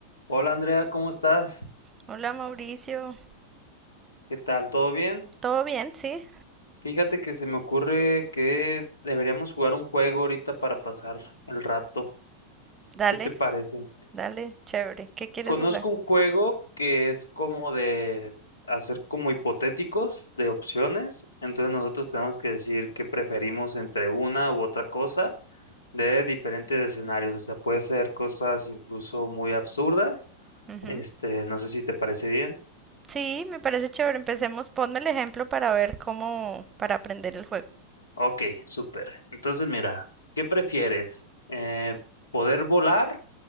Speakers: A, on the left; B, on the right.
A: Hola Andrea, ¿cómo estás?
B: Hola Mauricio,
A: ¿Qué tal? ¿Todo bien?
B: ¿todo bien? Sí,
A: Fíjate que se me ocurre que deberíamos jugar un juego ahorita para pasar el rato.
B: dale,
A: ¿Qué te parece?
B: dale, chévere. ¿Qué quieres
A: Conozco
B: jugar?
A: un juego que es como de hacer como hipotéticos de opciones. Entonces nosotros tenemos que decir qué preferimos entre una u otra cosa de diferentes escenarios. O sea, puede ser cosas incluso muy absurdas.
B: Ujú.
A: Este, no sé si te parece bien.
B: Sí, me parece chévere. Empecemos, ponme el ejemplo para ver cómo, para aprender el juego.
A: Ok, súper. Entonces, mira, ¿qué prefieres? Eh, ¿poder volar